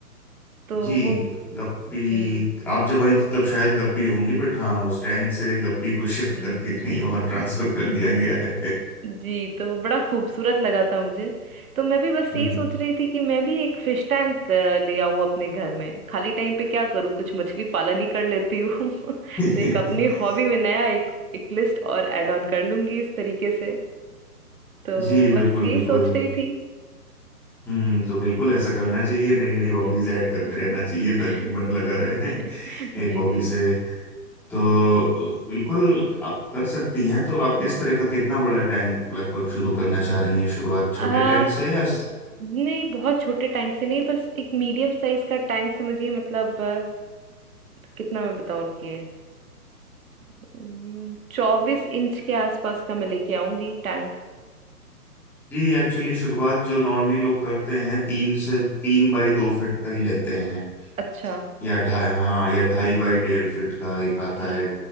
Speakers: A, on the right; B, in the centre.
A: तो
B: जी
A: वो
B: गप्पी
A: जी
B: आप जब आई थी तब शायद गप्पी होंगी बट हाँ उस टैंक से गप्पी को
A: जी
B: शिफ्ट करके
A: जी
B: कहीं और ट्रांसफर
A: <laughs>
B: कर दिया गया है
A: जी तो बड़ा खूबसूरत लगा था मुझे तो मैं भी बस
B: हम्म
A: यही सोच रही थी कि मैं भी एक फिश टैंक ले आऊं अपने घर में खाली टाइम पे क्या करूँ कुछ मछली पालन ही कर लेती हूँ <laughs> तो
B: <laughs>
A: एक अपनी हॉबी में नया एक एक लिस्ट और ऐड ऑन कर लूंगी इस तरीके से तो
B: जी बिल्कुल
A: बस यही
B: बिल्कुल
A: सोच रही थी
B: हम्म तो बिल्कुल ऐसा करना चाहिए नई नई
A: जी
B: हॉबीज
A: जी
B: ऐड करते
A: <laughs>
B: रहना चाहिए ताकि मन
A: जी
B: लगा रहे
A: जी
B: <laughs> एक हॉबी से तो बिल्कुल आप कर सकती हैं तो आप
A: जी
B: किस
A: जी।
B: तरह का कितना बड़ा टैंक लगभग शुरू करना चाह रही हैं शुरुआत छोटे
A: आ,
B: टैंक से या
A: नहीं बहुत छोटे टैंक से नहीं बस एक मीडियम साइज का टैंक समझिए मतलब अ, कितना मैं बताऊँ रुकिए हम्म, चौबीस इंच के आसपास का मैं लेके आऊंगी टैंक
B: जी एक्चुअली शुरुआत जो नॉर्मली लोग करते हैं तीन से तीन बाई दो फीट का ही लेते हैं
A: अच्छा
B: या ढाई हाँ या ढाई बाई डेढ़ फीट का एक आता
A: जी
B: है